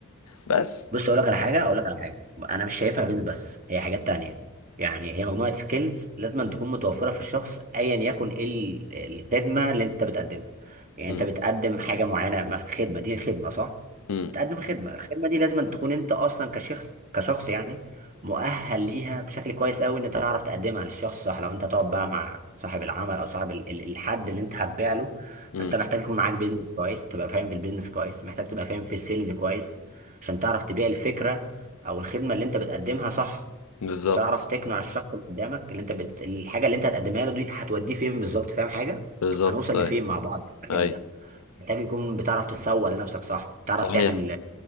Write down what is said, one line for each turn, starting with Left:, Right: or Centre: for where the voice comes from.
Left: بس
Right: بص اقول لك على حاجه اقول لك على حاجه انا مش شايفها قول بيزنس بس هي حاجات تانية يعني هي مجموعه سكيلز لازم تكون متوفره في الشخص ايا يكن ايه ال- الخدمه اللي انت بتقدمها يعني
Left: مم.
Right: انت بتقدم حاجه معينه مثلا خدمه دي خدمه صح
Left: مم.
Right: بتقدم خدمه الخدمه دي لازم تكون انت اصلا كشخص كشخص يعني مؤهل ليها بشكل كويس قوي ان انت تعرف تقدمها للشخص صح لو انت تقعد بقى مع صاحب العمل او صاحب ال- ال- الحد اللي انت هتبيع له
Left: امم
Right: انت محتاج يكون معاك بيزنس كويس تبقى فاهم في البيزنس كويس محتاج تبقى فاهم في السيلز كويس عشان تعرف تبيع الفكرة أو الخدمة اللي أنت بتقدمها صح
Left: بالظبط
Right: وتعرف تقنع الشخص اللي قدامك اللي أنت بت... الحاجة اللي أنت هتقدمها له دي هتوديه فين بالظبط فاهم حاجة؟
Left: بالظبط
Right: هنوصل
Left: ايوه
Right: لفين مع بعض في المجال
Left: ايوه
Right: ده محتاج يكون بتعرف تسوق لنفسك صح تعرف
Left: صحيح
Right: تعمل